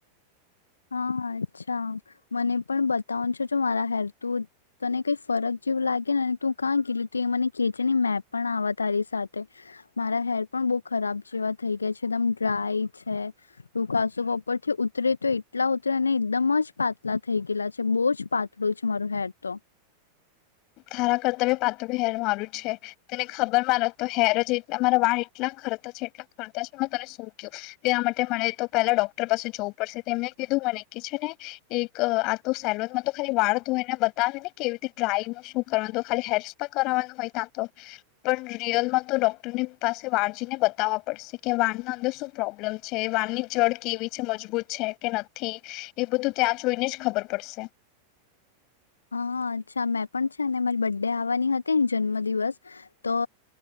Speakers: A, on the left; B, on the left.
A: હા અચ્છા મને પણ બતાવનું છો જો મારા હેર તું તને કઈ ફરક જેવું લાગે નેને તું કાં ગલી તું એ મને કેહે છેે ને મેં પણ આ તારી સાથે મારા હેર પણ બહુ ખરાબ જેવા થઈ ગયા છે એકદમ ડ્રાય છે રકાસો ઉપરથી ઉતરે તો એટલા ઉતરીને એકદમ જ પાતલા થઈ ગયેલા છે બહુ જ પાતળું છે મારું હેર તો
B: તારા કરતા પાતું હેર મારું છે તને ખબર મા તો હેર જ મારા વાળ એટલા ખરતા છે એટલા ખરતા છે મે તને શું ક્યું તેના માટે મને તો પેલા ડોક્ટર પાસે જવું પડશે તેમને કીધું મને કે છે ને એક આ તો સેલોનમાં તો ખાલી વાળ તોય એને બતાવે ને કેવી રીતે ડ્રાય ન શું કરવા તો ખાલી હેરસ પર કરાવવાનું હોય ત્યાં તો પણ રિયલમાં તો ડોક્ટરની પાસે વાળ જયને બતાવવા પડશે કે વાળના અંદર શું પ્રોબ્લેમ છે વાળની જળ કેવી છે મજબૂત છે કે નથી એ બધું ત્યાં જોઈને જ ખબર પડશે
A: હા અચ્છા મેં પણ છે ને મારી બર્ ડે આવવાની હતી જન્મ દિવસ તો